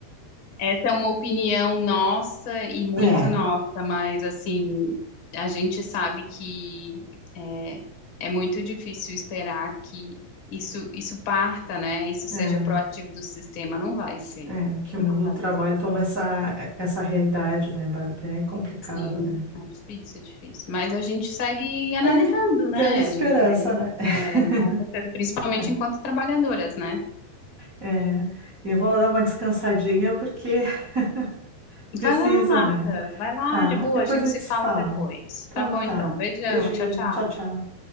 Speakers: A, on the left; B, on the right.
A: Essa é uma opinião nossa e muito
B: É, é,
A: nossa, mas assim, a gente sabe que é, é muito difícil esperar que isso, isso parta, né? Isso seja
B: é, é,
A: proativo do sistema. Não vai ser.
B: é, que o
A: Não
B: mundo
A: vai.
B: do trabalho toma essa, essa realidade, né, Bárbara? É complicado,
A: Sim,
B: né?
A: é difícil, é difícil. Mas a gente segue analisando,
B: É,
A: né?
B: tendo esperança,
A: A gente segue,
B: né? <laughs>
A: é, com certeza, principalmente
B: É,
A: enquanto trabalhadoras, né?
B: é, é. E Eu vou lá dar uma descansadinha porque <laughs> precisa,
A: Vai lá, Marta,
B: né?
A: vai lá,
B: Tá,
A: de boa,
B: depois
A: a gente
B: a gente
A: se
B: se
A: fala
B: fala.
A: depois.
B: Então
A: Tá bom,
B: tá.
A: então. Beijão,
B: Beijinho,
A: tchau, tchau.
B: tchau, tchau.